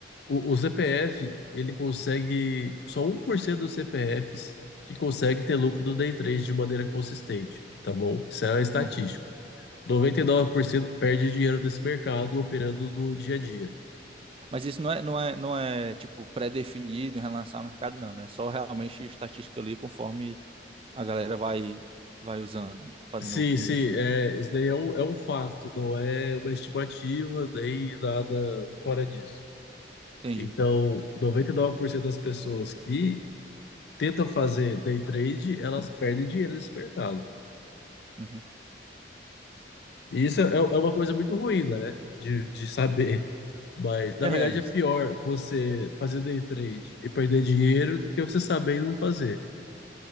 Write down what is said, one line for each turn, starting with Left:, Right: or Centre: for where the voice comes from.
Left: o, o CPF, ele consegue, só um por cento dos CPFs que consegue ter lucro no day trade de maneira consistente, tá bom? Isso é estatístico.
Right: Uhum.
Left: 99% perde dinheiro nesse mercado operando no dia a dia.
Right: Mas isso não é, não é, não é tipo pré-definido em relação ao mercado, não, né? É só realmente estatística ali conforme a galera vai vai usando, fazendo
Left: Sim,
Right: o
Left: sim,
Right: investimento.
Left: é, isso daí é um, é um fato, não é uma estimativa nem nada fora disso.
Right: Entendi.
Left: Então, 99% das pessoas que tentam fazer day trade, elas perdem dinheiro nesse mercado.
Right: Uhum.
Left: E isso é, é é uma coisa muito ruim, né, de, de saber. Mas, na
Right: <laughs> É,
Left: verdade, é pior você fazer day trade e perder dinheiro do que você saber e não fazer.